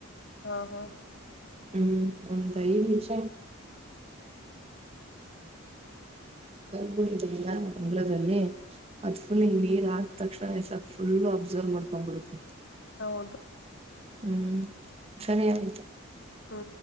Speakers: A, on the left (about 55°); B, on the right (about 30°).
A: ಹಾ ಹಾ
B: ಹ್ಮ್ ಒಂತ ಈ ವಿಚ ಕಲಗುಡಲ್ಲಿರ ಬೆಂಗ್ಲದಲ್ಲಿ ಅದ್ಫುಲ್ಂಗ ನೀರ್ ಆದ ತಕ್ಷಣಸಕ್ ಫುಲ್ ಅಬ್ಸರ್ವ್ ಮಾಡ್ಕೊಂಡ್ಬಿಡುತ್ತೆ
A: ಹೌದು
B: ಹ್ಮ್ ಸರಿಯಯತು
A: ಹಾ